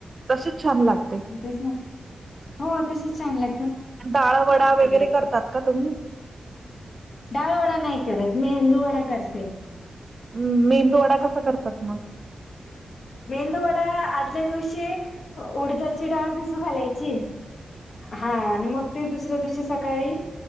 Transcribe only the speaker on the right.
तशीच छान लागते
ाळ वडा वगैरे करतात का तुम्ही
म मेंदू डा कसा करतात मग